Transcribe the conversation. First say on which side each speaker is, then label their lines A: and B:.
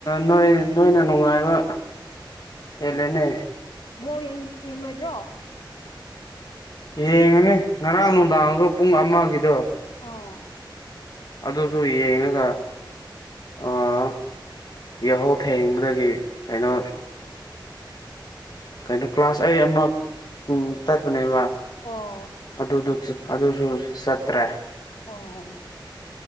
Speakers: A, on the left; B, on the left.
A: ꯅꯣꯏ ꯅꯣꯏꯅ ꯅꯨꯡꯉꯥꯏꯕ ꯍꯂꯅꯦ
B: ꯕꯣ ꯌꯦꯡꯔꯣꯏꯗ꯭ꯔꯣ
A: ꯌꯦꯡꯉꯅꯤ ꯉꯔꯥꯡ ꯅꯨꯡꯗꯥꯡꯁꯨ ꯄꯨꯡ ꯑꯃꯒꯤꯗꯣ
B: ꯑꯣ
A: ꯑꯗꯨꯁꯨ ꯌꯦꯡꯉꯒ ꯑ ꯌꯥꯍꯧ ꯊꯦꯡꯕꯗꯒꯤ ꯀꯩꯅꯣ ꯀꯩꯅꯣ ꯀ꯭ꯂꯥꯁ ꯑꯩꯠ ꯑꯃ ꯆꯠꯄꯅꯦꯕ
B: ꯑꯣ
A: ꯑꯗꯨꯗꯨ ꯑꯗꯨꯁꯨ ꯁꯠꯇ꯭ꯔꯦ
B: ꯑꯣ